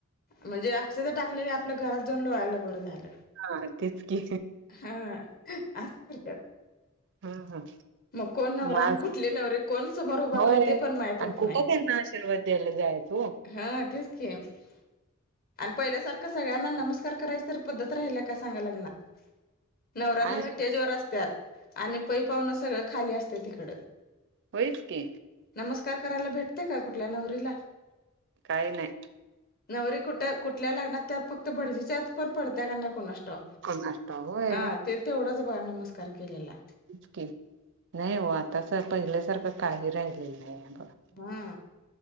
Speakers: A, on the left; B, on the right.
A: म्हणजे अक्षदा टाकलेल्या आत आपल्या घरात लोळाय बर झाल
B: हा तेच की
A: हा अस करत्यात
B: ह
A: मग कोण नवरा
B: माझ
A: आणि कुठली नवरी कोण समोर उभरालय
B: होय
A: ते सुदा माहित
B: आणि
A: होत
B: कुठं
A: नाही
B: त्यांना आशीर्वाद द्यायला जायच हो
A: हा तेच की आणि पहिल्या सारख सगळ्यांना नमस्कार करायचं तर पद्धत राहिल्या का सांगा लग्नात नवरा
B: काय
A: नवरी
B: सुद्धा
A: टेजवरर असतात आणि पै पाहुण सगळ खाली असत इकड
B: होईच की
A: नमस्कार करायला भेटते का कुठल्या नवरीला
B: काही नाही
A: नवरी कुठ कुठल्या लग्नात त्या फक्त भडजीच्याच पण पडत्या का नाय कुणाश्टा व
B: कोणाष्ट होय
A: हा एवढच बघा नमस्कार केलेला
B: इकी नाही हो आता पहिल्यासारखं काही राहिलेलं नाही बघा.
A: हा